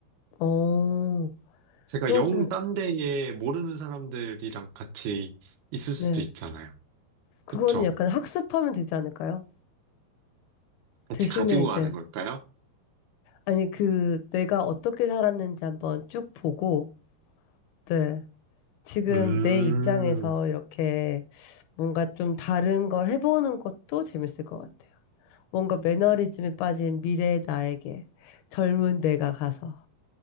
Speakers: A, on the left; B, on the right.
A: 어,
B: 제가
A: 그건
B: 영
A: 좀,
B: 딴 데에 모르는 사람들이랑 같이 있을 수도
A: 네.
B: 있잖아요.
A: 그거는
B: 그쵸?
A: 약간 학습하면 되지 않을까요?
B: 같이
A: 대신에
B: 가지고
A: 이제,
B: 가는 걸까요?
A: 아니, 그, 내가 어떻게 살았는지 한번 쭉 보고, 네. 지금
B: 음,
A: 내 입장에서 이렇게 뭔가 좀 다른 걸 해보는 것도 재밌을 것 같아요. 뭔가 매너리즘에 빠진 미래의 나에게 젊은 내가 가서